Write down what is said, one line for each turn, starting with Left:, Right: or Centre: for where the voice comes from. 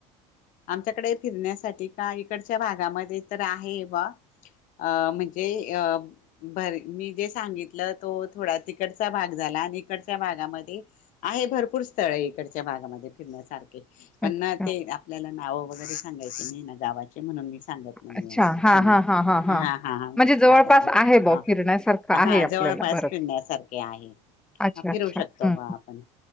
Left: आमच्याकडे फिरण्यासाठी. का इकडच्या भागामध्ये तर आहे बा अ म्हणजे अ बर. मी जे सांगितलं तो थोडा तिकडचा भाग झाला आणि इकडच्या भागामध्ये आहे भरपूर स्थळ इकडच्या भागामध्ये फिरण्यासारखे. पण
Centre: अच्छा.
Left: ना ते आपल्याला. नाव वगैरे सांगाचं. गावाचे म्हणून मी सांगत नाही
Centre: अच्छा
Left: असं
Centre: हां, हां, हां, हां, हां.
Left: ह हा
Centre: म्हणजे जवळपास
Left: गावाचे नाव.
Centre: आहे बुवा फिरण्यासारखं
Left: हा
Centre: आहे आपल्याला
Left: जवळपास
Centre: बरंच.
Left: फिरण्यासारखे आहे
Centre: अच्छा,
Left: फिरू
Centre: अच्छा.
Left: शकतो
Centre: हं,
Left: बा आपण